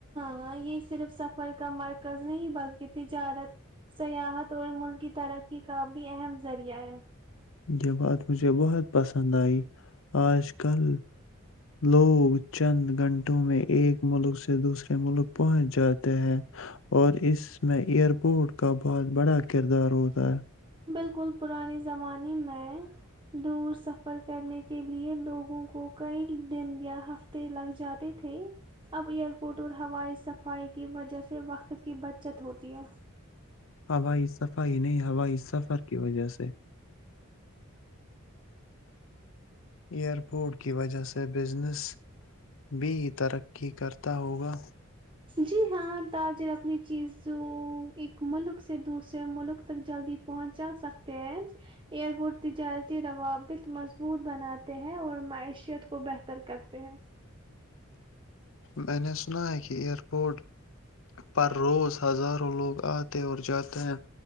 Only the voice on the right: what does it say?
ہاں یہ صرف سفر کا مرکز نہیں بلکہ تجارت سیاحت اور ملک کی ترقی کا بھی اہم ذریعہ ہے
بالکل پرانے زمانے میں دور سفر کرنے کے لیے لوگوں کو کئی دن یا ہفتے لگ جاتے تھے اب ایئرپورٹ اور ہوائی صفائی کی وجہ سے وقت کی بچت ہوتی ہے
جی ہاں تاجر اپنی چیز ایک ملک سے دوسرے ملک تک جلدی پہنچا سکتے ہیں ایئر پورٹ تجارتی روابط مضبوط بناتے ہیں اور معیشت کو بہتر کرتے ہیں